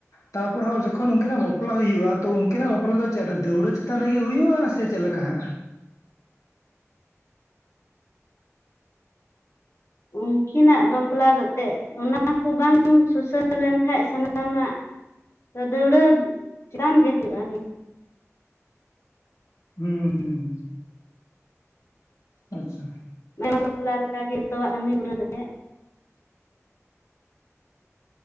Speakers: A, on the left; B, on the left.
A: ᱛᱟᱯᱚᱨᱮ ᱦᱚᱸ ᱡᱚᱠᱷᱚᱱ ᱩᱱᱠᱤᱱᱟᱜ ᱵᱟᱯᱞᱟ ᱛᱟᱯᱚᱨᱮ ᱦᱚᱜ ᱡᱚᱠᱦᱚᱱ ᱩᱱᱠᱤᱱᱟᱜ ᱵᱟᱯᱞᱟ ᱦᱩᱭᱩᱜ-ᱟ ᱛᱚ ᱩᱱᱠᱤᱱᱟᱜ ᱵᱟᱯᱞᱟ ᱫᱚ ᱪᱮᱫ ᱫᱟᱹᱣᱲᱟᱹ ᱪᱮᱛᱟᱱ ᱨᱮᱜᱮ ᱦᱩᱭᱩᱜ-ᱟ ᱥᱮ ᱪᱮᱫ ᱞᱮᱠᱟ ᱦᱟᱜ ᱞᱮᱠᱟ ᱦᱜ
B: ᱩᱱᱠᱤᱱᱟᱜ ᱵᱟᱯᱞᱟ ᱫᱚ ᱛᱮᱜ ᱚᱱᱟᱠᱟ ᱵᱟᱝ ᱥᱩᱥᱟᱹᱨ ᱞᱮᱱᱠᱟᱱᱡ ᱥᱟᱱᱟᱢᱟᱜ ᱫᱟᱹᱣᱲᱟᱹ ᱪᱟᱱ ᱜᱮ ᱦᱩᱭᱩᱜ-ᱟ
A: ᱦᱩᱸ ᱦᱩᱸ ᱦᱩᱸ ᱟᱪᱪᱷᱟ
B: ᱢᱟᱱᱮ ᱵᱟᱯᱞᱟ ᱞᱮᱠᱟ ᱜᱮ ᱡᱷᱚᱛᱚ ᱣᱟᱜ ᱦᱟᱺᱰᱤ ᱯᱟᱹᱨᱣᱟᱹ ᱟᱛᱮᱫ ᱼᱼ